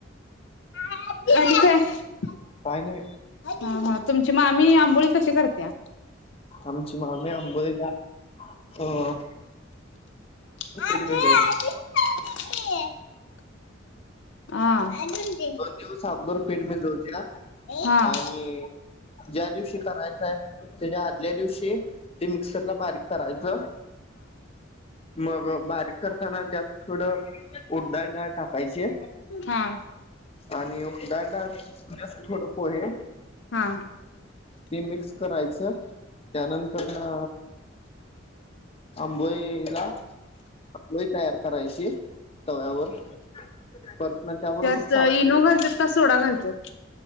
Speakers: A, on the left; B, on the left.
A: <inaudible>
B: फायदे
A: हा हा तुमची मामी आंबोळी कशी करते.
B: आमची मामी आंबईला अ
A: हा
B: फ
A: हा <inaudible> हा
B: दोन दिवस अबर पीठ मिजव द्या
A: हा
B: आणि ज्या दिवशी करायचय. म्हणे आदल्या दिवशी ते मिक्सरला बारीक करायच मग बा... करताना त्यात थोडं उडदाची डाळ टाकायची.
A: हा
B: आणि डाळ डाळस थोड पोहे
A: हा
B: ते मिक्स करायची त्यानंतर ना आंबोळी ला आंबोई तयार करायची तव्यावर पर त्याबरोबर
A: त्यात
B: साखर
A: इनो घालतात का सोडा घालतात.